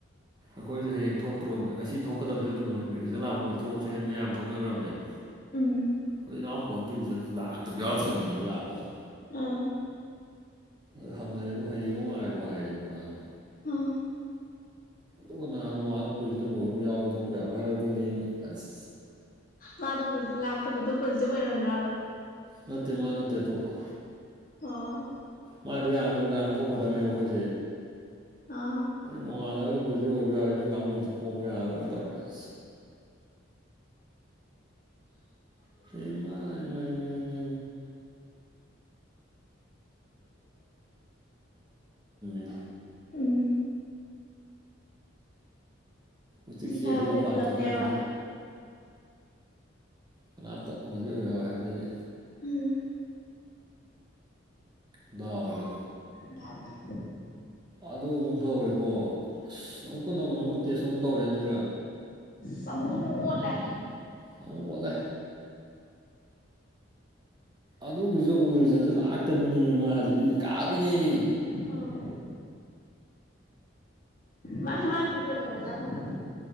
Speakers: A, on the right; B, on the left.
A: ꯑꯩꯈꯣꯏꯁꯦ ꯍꯌꯦꯡ ꯊꯣꯛꯇ꯭ꯔꯣ ꯉꯁꯤ ꯊꯣꯛꯀꯗꯕꯅꯦꯕ ꯔꯤꯖꯜ ꯂꯥꯛꯄ ꯃꯤꯗ ꯊꯣꯛꯁ꯭ꯔꯦꯅ ꯃꯌꯥꯝ ꯊꯣꯛꯅꯈ꯭ꯔꯕꯅꯦꯕ
B: ꯎꯝ
A: ꯑꯗꯣ ꯏꯅꯥꯎꯄꯥ ꯑꯃꯒꯤꯒꯤ ꯔꯤꯖꯜꯁ ꯂꯥꯛꯇꯕ ꯌꯥꯎꯔꯛꯇꯕꯃꯤꯅꯦꯕ ꯂꯥꯛꯄꯗ
B: ꯑꯥ
A: ꯑꯗꯨ ꯍꯪꯅꯔꯦ ꯑꯗꯣ ꯍꯌꯦꯡꯕꯨ ꯉꯥꯏꯔꯣ ꯍꯥꯏꯔꯦꯀꯣ ꯅꯍꯣ
B: ꯑꯥ
A: ꯑꯗꯨꯒꯍꯥꯟ ꯅꯨꯡꯉꯥ ꯐꯤꯖꯤꯇ ꯃ ꯑꯣꯏꯕ ꯑꯃ ꯌꯥꯎꯋ ꯊꯣꯛꯄ ꯌꯥꯕ꯭ꯔꯥ ꯍꯥꯏꯔꯛꯄꯅꯦ ꯑꯁ
B: ꯃꯥꯗꯣ ꯂꯥꯛꯇꯕꯗꯣ ꯄꯨꯖꯤꯛ ꯑꯣꯏꯔꯝ꯭ꯔꯕ
A: ꯅꯠꯇꯦ ꯃꯥ ꯅꯠꯇꯦ ꯑꯇꯣꯞꯄ
B: ꯑꯣ
A: ꯃꯥꯗꯣ ꯌꯥꯝꯕꯅꯤꯗꯥ ꯑꯗꯨꯝ ꯊꯣꯛꯀꯗꯕꯅꯦꯕ ꯑꯩꯈꯣꯏꯁꯦ
B: ꯑꯥ
A: ꯅꯣꯉꯜ ꯂꯒꯗꯤ ꯄꯣꯁꯇꯤꯕ ꯌꯥꯑꯣꯔꯦ ꯊꯣꯛꯄꯣꯡꯒꯦꯔ ꯇꯧꯔꯛ ꯑꯥ ꯏꯃꯥꯏ ꯏꯃꯥꯏꯃꯥꯏ <inaudible>
B: ꯎꯝ
A: ꯎꯆꯦꯛ
B: ꯊꯤ
A: ꯆꯦ
B: ꯐꯥꯏꯕꯗꯤ
A: ꯑꯗꯨꯩ ꯃꯄꯥꯡꯒ
B: ꯄꯨꯂꯞꯅꯦꯕ
A: ꯊꯣꯛꯅꯔꯛꯈꯤꯗ꯭ꯔꯦ ꯀꯅꯥꯝꯇ ꯑꯣꯏꯖꯤꯛ ꯑꯣꯏꯌꯎ ꯍꯥꯏꯕꯗꯒꯤ
B: ꯎꯝ
A: ꯎꯗ
B: ꯗꯥꯎꯗꯣ
A: ꯑꯗꯨ ꯑꯃꯨꯛ ꯇꯧꯔꯦꯀꯣ ꯑꯃꯨꯛꯀ ꯅꯧꯅ ꯑꯃꯨꯛ ꯇꯦꯁ ꯑꯃꯨꯛ ꯇꯧꯔꯦꯅꯤꯔ
B: ꯁꯖꯨ ꯑꯣꯠꯂ
A: ꯑ ꯍꯂꯦ ꯑꯗꯨꯒꯤꯁꯨ ꯑꯃꯨꯛ ꯔꯤꯖꯟꯁꯦ ꯂꯥꯛꯇꯕꯤꯅꯦꯃꯤ ꯃꯥꯁꯦ ꯏ ꯀꯥꯕꯤꯅꯦꯃꯤ
B: ꯎꯝ ꯃꯥ ꯃꯥꯒꯤ ꯀꯩꯗꯧꯔꯣ ꯆꯠꯅꯨꯕ